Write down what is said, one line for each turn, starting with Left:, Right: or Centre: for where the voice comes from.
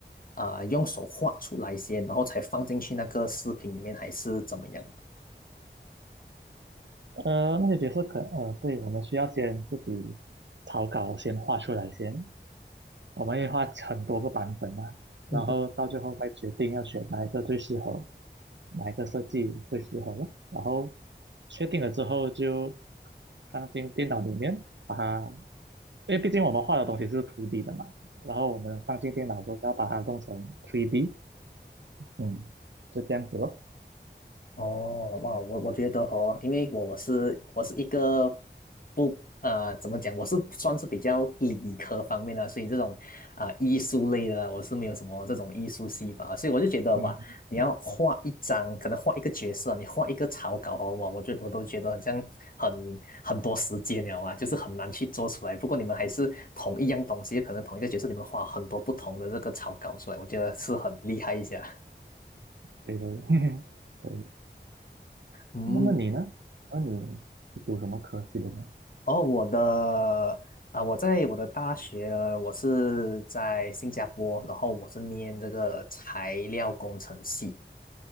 Left: 啊、呃用手画出来先，然后才放进去那个视频里面，还是怎么样的？
Right: 呃那些角色可呃对，我们需要先自己草稿先画出来先，我们也画很多个版本啊，然后到最后再决定要选哪一个最适合，
Left: 嗯哼
Right: 哪一个设计最适合咯。然后确定了之后就放进电脑里面，把它，因为毕竟我们画的东西是图 d 的嘛，然后我们放进电脑之后要把它弄成 3D，嗯，就这样子咯。
Left: 哦，哇，我我觉得哦，因为我我是我是一个不啊、怎么讲，我是算是比较理科方面的，所以这种啊、艺术类的啊我是没有什么这种艺术细胞啊，所以我就觉得哇，
Right: 嗯，
Left: 你要画一张，可能画一个角色啊，你画一个草稿哦，哇，我就我都觉得很像很很多时间了啊，就是很难去做出来。不过你们还是同一样东西，可能同一个角色，你们画很多不同的这个草稿出来，我觉得是很厉害一下。<laughs>
Right: 对对，<laughs> 可以。
Left: 嗯。
Right: 那么你呢？那你是读什么科系的呢？
Left: 哦，我的啊、我在我的大学，我是在新加坡，然后我是念这个材料工程系。